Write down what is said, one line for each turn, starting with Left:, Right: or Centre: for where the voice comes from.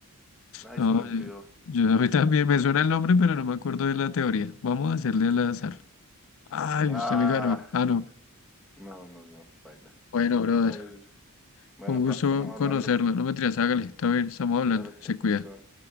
Centre: Ay,
Left: No,
Centre: se me olvidó.
Left: yo, yo- a mí también me suena el nombre, pero no me acuerdo de la teoría. Vamos a hacerle al azar. Ay,
Centre: Ah,
Left: usted me ganó. Ah, no.
Centre: no, no, no, baila.
Left: Bueno, brother,
Centre: Ay, bueno,
Left: un gusto
Centre: pa, estamos hablando.
Left: conocerlo. No me tiras, hágale. Está bien, estamos hablando.
Centre: Dale, chao.
Left: Se cuida.
Centre: chao.